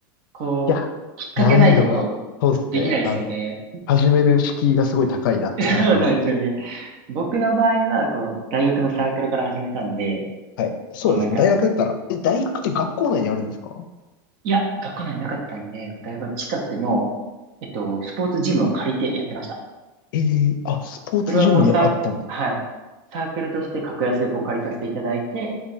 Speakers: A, on the right; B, on the left.
A: こう、
B: いや、
A: きっかけないとできないですよね。
B: 難易度が、そうですね。あの、始める敷居がすごい高いなって感じしますね。
A: <laughs> そうなんですよね。僕の場合は、こう、大学のサークルから始めたんで、
B: はい。そうですね。
A: こうなんか、
B: 大学だったら。え、大学って学校内にあるんですか
A: いや、学校内になかったんで、こう大学の近くの、えっと、スポーツジムを借りてやってました。
B: えー、あ、スポーツジムにあったん
A: それはこうサー、はい。サークルとして格安でこう借りさせていただいて、